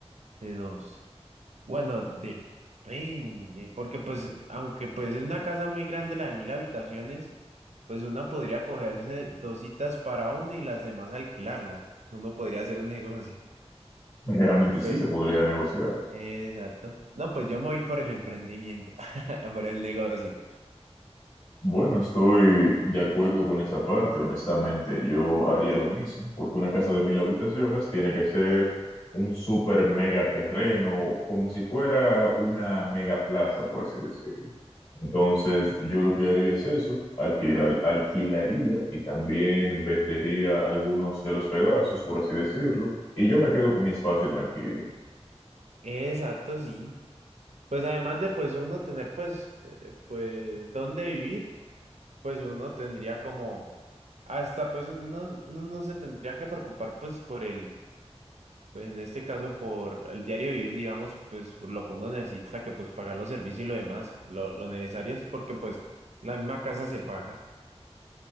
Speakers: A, on the right; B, on the left.
A: de dos. Bueno, depende, porque pues, aunque pues es una casa muy grande la de mil habitaciones, pues una podría cogerse dos citas para uno y las demás alquilarla. Uno podría hacer un negocio.
B: Realmente sí
A: <laughs>
B: se podría negociar.
A: Exacto. No, pues yo me voy por el emprendimiento, <laughs> por el negocio.
B: Bueno, estoy de acuerdo con esa parte. Honestamente, yo haría lo mismo, porque una casa de mil habitaciones tiene que ser un super mega terreno, como si fuera una mega plaza, por así decirlo. Entonces, yo lo que haría es eso, alquilar, alquilaría y también vendería algunos de los pedazos, por así decirlo, y yo me quedo con mi espacio tranquilo.
A: Exacto, sí. Pues además de pues uno tener pues eh, pues dónde vivir, pues uno tendría como hasta pues uno, uno no se tendría que preocupar pues por el pues en este caso por el diario vivir, digamos, pues por lo que uno necesita que pues pagar los servicios y lo demás, lo, lo necesario es porque pues la misma casa se paga.